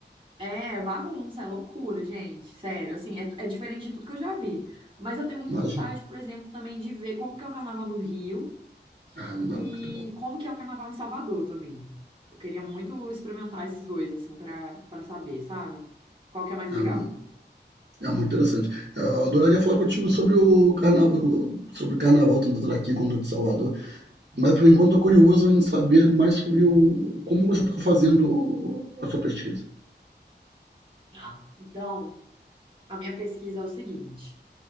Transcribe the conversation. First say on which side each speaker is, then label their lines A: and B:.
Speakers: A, on the right; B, on the right.
A: É bagunça, é loucura, gente, sério, assim, é, é diferente de tudo que eu já vi. Mas eu tenho muita
B: Imagina.
A: vontade, por exemplo, também de ver como que é o Carnaval no Rio,
B: Ah, mu-
A: E
B: muito bom.
A: como que é o carnaval em Salvador também? Eu queria muito experimentar esses dois, assim, para para saber, sabe? Qual que é mais legal?
B: Ah, mu- é muito interessante. É, Eu adoraria falar contigo sobre o carnaval, sobre o carnaval, tanto daqui quanto de Salvador, mas por enquanto estou curioso em saber mais sobre o, como você está fazendo o- a sua pesquisa.
A: Ah. Então, a minha pesquisa é o seguinte: